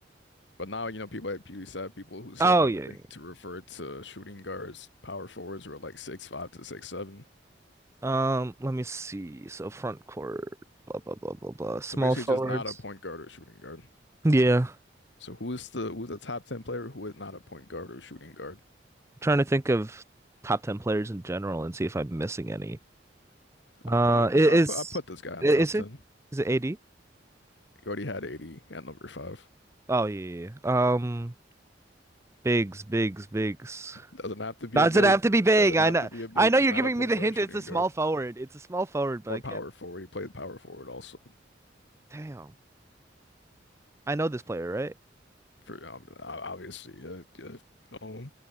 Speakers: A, on the left; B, on the right.
A: But now, you know, people at PewDiePie, people who say
B: oh
A: like
B: yeah.
A: wing
B: yeah.
A: to refer to shooting guards, power forwards who are like six five to six seven.
B: Um, let me see. So front court, blah blah blah blah blah. Small
A: So basically
B: forwards.
A: just not a point guard or shooting guard.
B: Yeah,
A: So who's the who's the top ten player who is not a point guard or shooting guard?
B: trying to think of top ten players in general and see if I'm missing any. Uh,
A: I probably
B: i-
A: I prob-
B: is
A: put I put this guy
B: i-
A: in top
B: is
A: ten.
B: it is it AD?
A: He already had 80 at number five.
B: Oh yeah, yeah. yeah. Um, bigs, bigs, bigs.
A: Doesn't have to be
B: Doesn't
A: a big,
B: have to be big.
A: doesn't
B: I
A: have
B: know.
A: to be a big,
B: I know
A: just
B: you're
A: not
B: giving
A: a point
B: me the
A: guard,
B: hint.
A: shooting
B: It's a small
A: guard,
B: forward. It's a small forward, but
A: or
B: I
A: power
B: can't.
A: forward. He played power forward also
B: Damn. I know this player, right?
A: for um, o- obviously, uh, uh, you know,